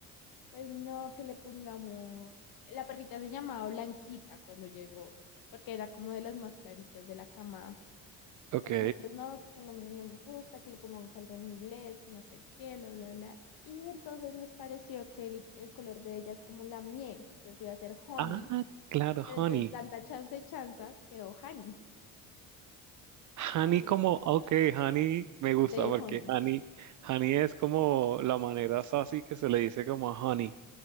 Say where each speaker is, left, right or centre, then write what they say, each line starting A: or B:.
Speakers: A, on the left; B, on the right.
A: Pues no, que le pongamos. La perrita se llamaba Blanquita cuando llegó, porque era como de las más claritas de la camada.
B: Ok.
A: Pero nosotros no, que ese nombre nos gusta, que le pongamos algo en inglés, que no sé qué, bla, bla, bla. Y entonces nos pareció que el, el color de ella es como la miel, entonces iba a ser honey,
B: Ah, claro,
A: pero
B: honey.
A: entre tanta chance y chanza quedó honey,
B: Honey
A: Ay,
B: como, ok, honey me gusta
A: de
B: porque
A: honey.
B: honey, honey es como la manera sassy que se le dice como a honey.